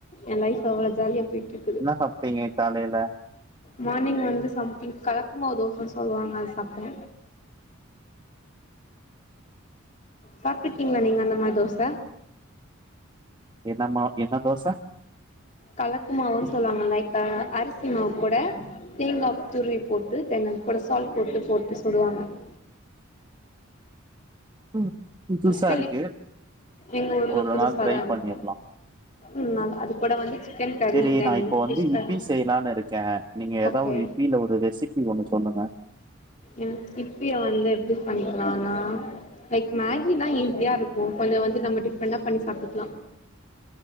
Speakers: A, on the left; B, on the right.
A: எ லைஃப்பு அவ்ளோ ஜாலியா போயிட்ருக்
B: ன்னா சாப்ட்டீங்க காலைல
A: மார்னிங் வந்து சம்திங் கலக்குமாவு தோசன் சொல்வாங்க அத சாப்ட்டே சாப்ட்டுகீங்களா நீங்க அந்த மார் தோச
B: என்ன மா என்ன தோச
A: கலப்பு மாவுன் சொல்வாங்க லைக் அ அரிசி மாவு கூட தேங்கா துருவி போட்டு தேங்க கூட சால்ட் போட்டு போட்டு சுடுவாங்க <inaudible>
B: ம் புதுசா
A: கேள்வி
B: இருக்கு
A: எங்க ஊர்ல
B: ஒரு
A: புதுசாதா
B: நாள் ட்ரை
A: இருக்கு
B: பண்ணிர்லா
A: ம் நல் அது கூட வந்து சிக்கன் கறி
B: செரி
A: தென்
B: நா இப்ப
A: ஃபிஷ்
B: வந்து
A: கறி
B: இபி செய்லான்னு இருக்கே நீங்க எதாவது
A: ஓகே
B: ஒரு இப்பில ஒரு ரெசிபி ஒண்ணு சொல்லுங்க
A: எனக் இப்பிய வந்து எப்டி பண்ணிக்கலான்னா லைக் மேகில்லா ஈஸியா இருக்கு கொஞ்ச வந்து நம்ம டிப்ரண்டா பண்ணி சாப்ட்டுக்லா